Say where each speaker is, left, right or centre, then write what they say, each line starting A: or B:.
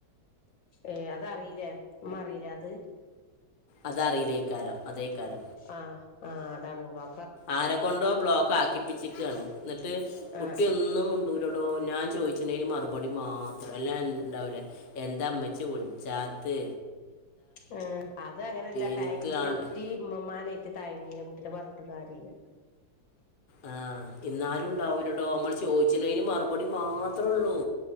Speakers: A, on the left; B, on the left.
A: ഏ അതറിയിലേ ഉ അറിയില അത്
B: അതഅറിലെയ്കാരം അതേയ്കാരം
A: ആഹ് ആഹ് അതാണ് ഉകം
B: ആരകൊണ്ടോ ബ്ലോക്ക് ആക്കിപ്പിച്ചിക് ആണ് ന്നട്ട് കുട്ടിയൊന്നും
A: ആഹ്
B: മുണ്ടൂലൊ ട്ടോ ഞാൻ ചോയ്ച്ച്ണെന് മറുപടി മാത്രം എല്ല എന്ത് ണ്ടാഊലെ എന്താ മ്മച്ചി വിള്ച്ചാത്ത്
A: ആ അത് അങ്ങന അല്ല
B: എനിക്ക്
A: തയ്ങ്ങിലെ
B: ആ-
A: കുട്ടി ഇമ്മമാനെ റ്റ് തയങ്ങീല കുട്ടിന പറഞ്ഞിട്ടൂം കാര്യ ഇല്ല
B: ആ ഇന്നാലും ണ്ടാഊലടോ അമ്മള് ചോയ്ച്ച്ണേന് മറുപടി മാത്ര ഒള്ളൂ